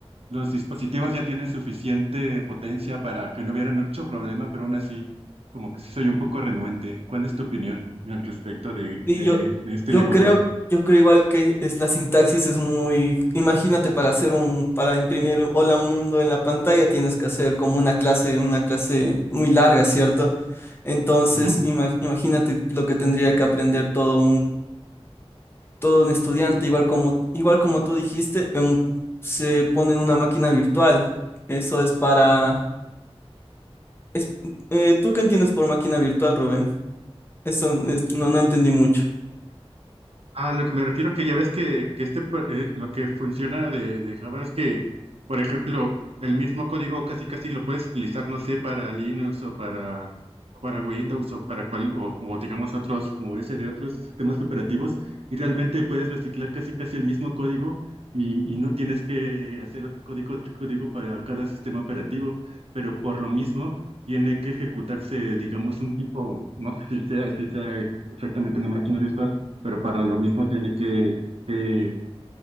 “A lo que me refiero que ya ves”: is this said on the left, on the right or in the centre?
Right